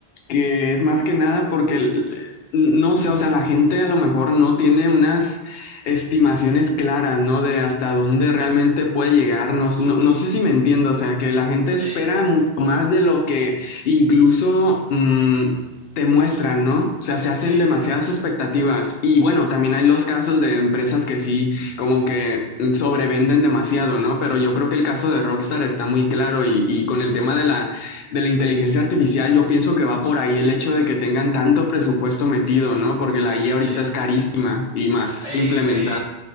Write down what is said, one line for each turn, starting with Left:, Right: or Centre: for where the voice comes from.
Left: que es más que nada porque, el- no sé, o sea, la gente a lo mejor no tiene unas estimaciones claras, ¿no? De hasta dónde realmente puede llegar. No, no, no sé si me entiendo, o sea, que la gente espera
Right: sí,
Left: mucho más de lo que incluso mm, te muestran, ¿no? O sea, se hacen
Right: sí,
Left: demasiadas
Right: sí, sí,
Left: expectativas. Y bueno, también hay los casos de empresas que sí, como que mm, sobrevenden demasiado, ¿no? Pero yo creo que el caso de Rockstar está muy claro y, y con el tema de la de la inteligencia artificial, yo pienso que va por ahí el hecho de que tengan tanto presupuesto metido, ¿no? Porque la IA ahorita
Right: sí.
Left: es carísima y más
Right: Ey,
Left: implementada.
Right: ey, ey.